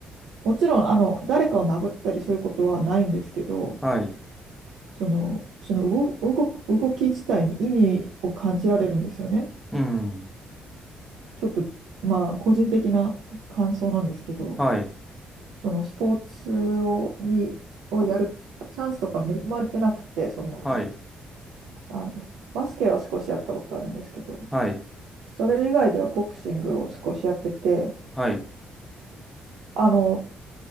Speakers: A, on the right; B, in the centre.
A: もちろん、あの、誰かを殴ったりそういうことはないんですけど、
B: はい。
A: その、その動、動く、動き自体に意味を感じられるんですよね。
B: うん。
A: ちょっと、まあ、個人的な感想なんですけど、
B: はい。
A: そのスポーツを、に、をやるチャンスとか恵まれてなくて、そんなに。
B: はい。
A: あの、バスケは少しやったことあるんですけど、
B: はい。
A: それ以外ではボクシングを少しやってて、
B: はい。
A: あの、